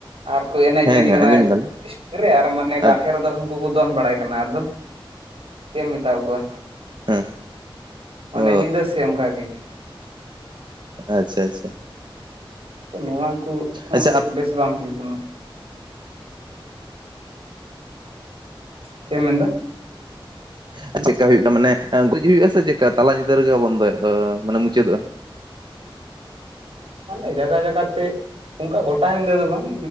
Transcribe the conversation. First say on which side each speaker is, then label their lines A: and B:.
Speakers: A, on the right (about 85°); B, on the right (about 55°).
A: ᱟᱨ ᱠᱚ ᱮᱱᱮᱡ
B: ᱦᱮᱸ
A: ᱪᱚᱭᱮᱫᱤ
B: ᱦᱮᱸ
A: ᱠᱟᱱᱟ
B: ᱟᱸᱡᱚᱢ ᱫᱟᱞᱮ
A: ᱮᱥᱴᱮ ᱨᱮ ᱟᱨ ᱢᱟᱱᱮ ᱵᱟᱨᱦᱮ
B: ᱟᱪ
A: ᱨᱮᱫᱚ ᱩᱱᱠᱩ ᱠᱚ ᱫᱚᱱ ᱵᱟᱲᱟᱭ ᱠᱟᱱᱟ ᱟᱫᱚ ᱪᱮᱜ ᱮᱢ ᱢᱮᱛᱟᱣ ᱠᱚᱣᱟ,
B: ᱦᱮᱸ
A: ᱢᱟᱱᱮ
B: ᱚ
A: ᱱᱤᱫᱟᱹ ᱥᱮ ᱚᱝᱠᱟ ᱜᱮ᱾
B: ᱟᱪᱪᱷᱟ ᱟᱪᱪᱷᱟ᱾
A: ᱛᱚ ᱱᱚᱣᱟ ᱠᱩ <unintelligible>
B: ᱟᱪᱪᱷᱟ
A: ᱛᱮ
B: ᱟᱯ
A: ᱵᱮᱥ ᱵᱟᱝ ᱦᱩᱭᱩᱜ ᱠᱟᱱᱟ᱾ ᱪᱮᱢ ᱢᱮᱱ ᱫᱟ?
B: ᱦᱮᱸ ᱪᱮᱜᱠᱟ ᱦᱩᱭᱩᱜ ᱜᱮᱭᱟ ᱢᱟᱱᱮ <unintelligible> ᱦᱩᱭᱩᱜᱼᱟ ᱢᱟᱱᱮ ᱥᱮ ᱪᱮᱫᱠᱟ ᱛᱟᱞᱟ ᱧᱤᱫᱟᱹ ᱨᱮᱜᱮ ᱵᱚᱱᱫᱚᱭ ᱢᱟᱱᱮ ᱢᱩᱪᱟᱹᱫᱚᱜᱼᱟ?
A: ᱢᱟᱱᱮ ᱡᱟᱭᱜᱟ ᱡᱟᱭᱜᱟ ᱛᱮ ᱚᱝᱠᱟ ᱜᱚᱴᱟ ᱱᱤᱫᱟᱹ ᱫᱚ ᱵᱟᱝ,